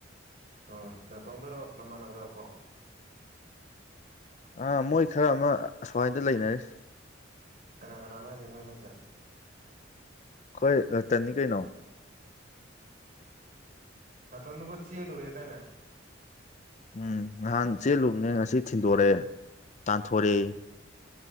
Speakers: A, on the right; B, on the left.
A: ꯑꯣ ꯅꯅꯥꯇꯣꯝꯗꯔꯣ ꯅꯃꯥꯟꯅꯕ ꯌꯥꯎꯕ꯭ꯔꯣ
B: ꯑꯥ ꯃꯣꯏ ꯈꯔ ꯑꯃ ꯑꯁ꯭ꯋꯥꯏꯗ ꯂꯩꯅꯔꯤ
A: ꯅꯥꯒꯥꯅ ꯍꯥꯏꯖ ꯃꯩ ꯍꯥꯏꯖꯦ
B: ꯀꯣꯏ ꯇꯅꯤ ꯀꯩ ꯅꯣ
A: ꯑꯇꯗꯨꯕꯁꯤ ꯂꯨꯔꯤꯦ ꯇꯥꯏꯅ
B: ꯎꯝ ꯅꯍꯥꯟ ꯆꯦꯜꯂꯨꯝꯅꯤ ꯉꯁꯤ ꯊꯤꯟꯗꯣꯔꯑꯦ ꯇꯥꯟꯊꯣꯔꯛꯑꯦ